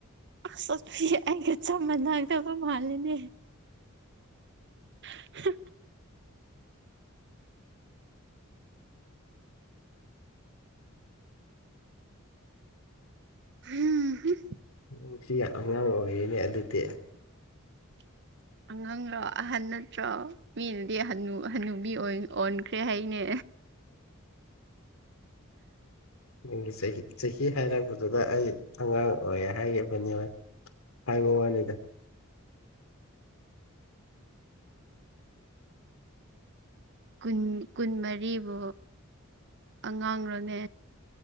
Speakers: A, on the right (about 55°); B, on the left (about 85°).
A: ꯁꯛꯁꯤ ꯑꯩꯒ ꯆꯞ ꯃꯅꯥꯗꯕ ꯃꯥꯜꯂꯦꯅꯦ꯫ <unintelligible> <unintelligible>
B: <unintelligible> ꯑꯉꯥꯡ ꯑꯣꯏꯔꯤꯅꯦ ꯑꯗꯨꯗꯤ꯫
A: <unintelligible>
B: <unintelligible>
A: ꯑꯉꯥꯡꯂꯣ ꯑꯍꯟ ꯅꯠꯇ꯭ꯔꯣ ꯃꯤꯅꯗꯤ ꯍꯅꯨ ꯍꯅꯨꯕꯤ ꯑꯣꯟꯈ꯭ꯔꯦ ꯍꯥꯏꯅꯦ꯫
B: ꯅꯪꯒꯤ ꯆꯍꯤ ꯆꯍꯤ ꯍꯥꯏꯔꯛꯄꯗꯨꯗ ꯑꯩ ꯑꯉꯥꯡ ꯑꯣꯏ ꯍꯥꯏꯈꯤꯕꯅꯦꯕ꯫ ꯍꯥꯏꯕ ꯋꯥꯅꯤꯗ꯫
A: ꯀꯨꯟ ꯀꯨꯟ ꯃꯔꯤꯕꯨ ꯑꯉꯥꯡꯂꯅꯦ꯫